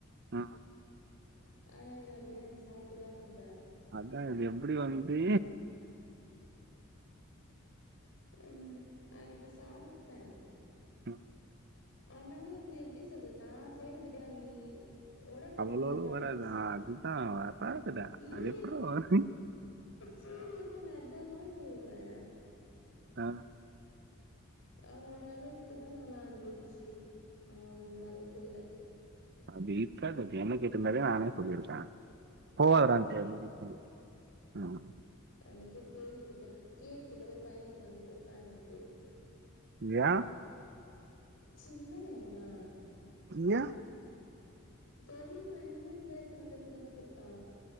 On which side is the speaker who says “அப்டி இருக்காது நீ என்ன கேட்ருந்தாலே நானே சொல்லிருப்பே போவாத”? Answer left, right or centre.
Right